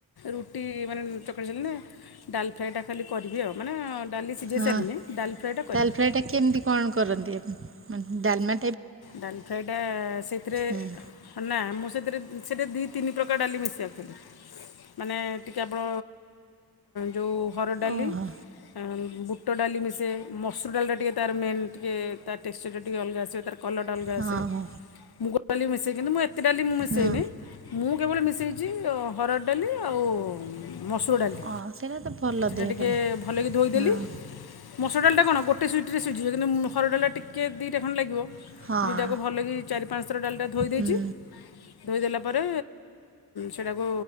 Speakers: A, on the left; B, on the right.
A: ରୁଟି ମାନେ ଚକଡ଼ିଚନ୍ତିନା? ଡାଲ୍ ଫ୍ରାଏଟା ଖାଲି କରିବି ଆଉ ମାନେ ଡାଲି ସିଝେଇ
B: ହଁ
A: ସାରିଲିନି ଡାଲ୍ ଫ୍ରାଏଟା
B: ଡାଲ
A: କରିମି।
B: ଫ୍ରାଏଟା କେମିତି କଣ କରନ୍ତି ଆପଣ ମାନେ ଡ଼ାଲମା
A: ଡାଲ୍ ଫ୍ରାଏଟା ସେଇଥିରେ
B: ହଁ
A: ନା ମୁଁ ସେଥିରେ ସେଟା ଦିଇ ତିନି ପ୍ରକାର ଡାଲି ମିସେ ଆକ୍ଚୁଲି ମାନେ ଟିକିଏ ଆପଣ ଯେଉଁ ହରଡ଼ ଡାଲି
B: ଓହୋ
A: ବୁ ବୁଟ ଡାଲି ମିଶେ ମସୁର ଡାଲିଟା ଟିକେ ତାର ମେନ୍ ଟିକେ ତାଟେଷ୍ଟଟା ଟିକେ ଅଲଗା ଆସିବ ତାର କଲରଟା ଅଲଗାଆସେ
B: ହଁ ହୋ
A: ମୁଗ ଡାଲି ମିଶାଇ କିନ୍ତୁ ମୁଁ ଏତେ ଡାଲି ମୁଁ ମିଶାଇନି।
B: ହଁ
A: ମୁଁ କେବଳ ମିଶେଇଚି ହରଡ଼ ଡାଲି ଆଉ ମସୁର ଡାଲି
B: ଅ ସେଇଟା ତ ଭଲ
A: ସେଟା
B: ଦେହ
A: ଟିକେ
B: ପାଇଁ
A: ଭଲକି ଧୋଇଦେଲି
B: ହଁ
A: ମସୁର ଡାଲିଟା କଣ ଗୋଟେ ସୁିଟିରେ ଶଝିବ କିନ୍ତୁ ହରଡ଼ ଡାଲିଟା ଟିକେ ଦିଟା ଖଣ୍ଡେ ଲାଗିବ
B: ହଁ।
A: ଦୁଇଟାକୁ ଭଲକିି ଚାରି ପାଞ୍ଚ ଥର ଡାଲିଟା ଧୋଇ ଦେଇଚି
B: ହୁଁ
A: ଧୋଇଦେଲା ପରେ ସେଇଟାକୁ